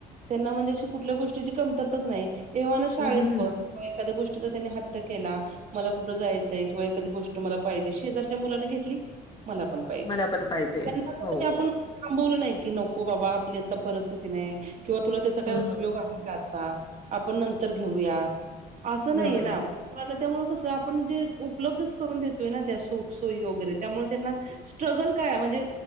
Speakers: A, on the right (about 50°); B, on the left (about 25°).
A: त्यांना म्हणजे अशी कुठल्या गोष्टीची कमतरताच नाही. येव्हाना शाळेत
B: अ, हं.
A: पण त्यामुळे एखाद्या गोष्टीचा त्यांनी हट्ट केला मला कुठं जायचंय किंवा एखादी गोष्ट मला पाहिजे. शेजारच्या मुलानं घेतली मला पण पाहिजे.
B: मला पण पाहिजे.
A: त्यांना कसं
B: हो.
A: म्हणजे आपण थांबवलं नाही, की नको बाबा आपली आत्ता परिस्थिती नाही किंवा तुला त्याचा काय
B: हं,
A: उपयोग
B: हं.
A: आहे. आता आपण नंतर घेऊया, असं
B: हं.
A: नाहीये ना. मुलांना त्यामुळे कसं आपण जे उपलब्धच करून देतोय ना त्या सुख, सोयी वगैरे त्यामुळे त्यांना स्ट्रगल काय हाय म्हणजे